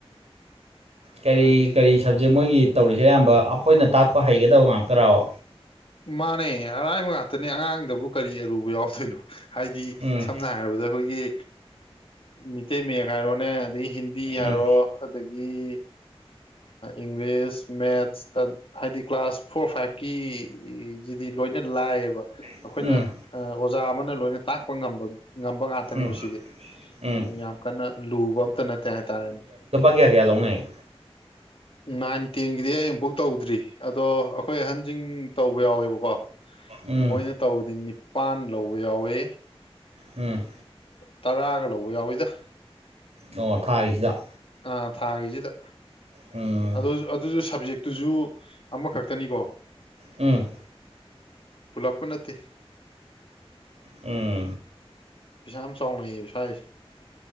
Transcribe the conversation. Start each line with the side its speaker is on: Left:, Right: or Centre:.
Right: ꯀꯔꯤ
Left: ꯍꯥꯏꯗꯤ
Right: ꯀꯔꯤ ꯁꯕꯖꯦꯛ ꯃꯣꯏꯒꯤ ꯇꯧꯔꯤꯁꯦ ꯑꯌꯥꯝꯕ ꯑꯩꯈꯣꯏꯅ ꯇꯥꯛꯄ ꯍꯩꯒꯗꯕ ꯉꯥꯛꯇ꯭ꯔꯥꯕ
Left: ꯃꯥꯅꯦ ꯑꯔꯥꯏꯕ ꯉꯥꯛꯇꯅꯦ ꯑꯉꯥꯡꯗꯕꯨ ꯀꯔꯤ ꯑꯔꯨꯕ ꯌꯥꯎꯗꯣꯏꯅꯣ ꯍꯥꯏꯗꯤ
Right: ꯎꯝ
Left: ꯁꯝꯅ ꯍꯥꯏꯔꯕꯗ ꯑꯩꯈꯣꯏꯒꯤ ꯃꯤꯇꯩ ꯃꯌꯦꯛ ꯍꯥꯏꯔꯣꯅꯦ ꯑꯗꯒꯤ ꯍꯤꯟꯗꯤ
Right: ꯎꯝ
Left: ꯍꯥꯏꯔꯣ ꯑꯗꯒꯤ ꯏꯪꯂꯤꯁ ꯃꯦꯠꯁ ꯍꯥꯏꯗꯤ ꯀ꯭ꯂꯥꯁ ꯐꯣꯔ ꯐꯥꯏꯚ ꯀꯤ ꯁꯤꯗꯤ ꯂꯣꯏꯅ ꯂꯥꯏꯌꯦꯕ
Right: ꯎꯝ
Left: ꯑꯩꯈꯣꯏꯅ
Right: ꯎꯝ
Left: ꯑꯣꯖꯥ ꯑꯃꯅ ꯂꯣꯏꯅ ꯇꯥꯛꯄ ꯉꯝꯕ ꯉꯝꯕ ꯉꯥꯛꯇꯅꯦꯕ
Right: ꯎꯝ
Left: ꯁꯤꯗꯤ
Right: ꯎꯝ
Left: ꯌꯥꯝ ꯀꯟꯅ ꯂꯨꯕ ꯑꯝꯇ ꯅꯠꯇꯦ ꯍꯥꯏꯇꯥꯔꯦꯅꯦ
Right: ꯀ꯭ꯌꯥꯀ꯭ꯌꯥ ꯂꯧꯅꯩ
Left: ꯅꯥꯏꯟ ꯇꯦꯟꯒꯤꯗꯤ ꯑꯩ ꯑꯃꯨꯕꯨꯛ ꯇꯧꯗ꯭ꯔꯤ ꯑꯗꯣ ꯑꯩꯈꯣꯏ ꯑꯍꯟꯁꯤꯡ ꯇꯧꯕ ꯌꯥꯎꯋꯦꯕꯀꯣ
Right: ꯎꯝ
Left: ꯃꯣꯏꯅ ꯇꯧꯕꯗꯤ ꯅꯤꯄꯥꯟ ꯂꯧꯕ ꯌꯥꯎꯋꯦ
Right: ꯎꯝ
Left: ꯇꯔꯥꯒ ꯂꯧꯕ ꯌꯥꯎꯋꯤꯗ
Right: ꯑꯣ ꯊꯥꯒꯤꯁꯤꯗ
Left: ꯑꯥ ꯊꯥꯒꯤꯁꯤꯗ
Right: ꯎꯝ
Left: ꯑꯗꯨ ꯑꯗꯨꯁꯨ ꯁꯕꯖꯦꯛꯇꯨꯖꯨ ꯑꯃꯈꯛꯇꯅꯤꯀꯣ
Right: ꯎꯝ
Left: ꯄꯨꯂꯞꯀ ꯅꯠꯇꯦ
Right: ꯎꯝ
Left: ꯄꯩꯁꯥ ꯌꯥꯝ ꯆꯥꯎꯅꯩꯌꯦ ꯁ꯭ꯋꯥꯏꯁꯦ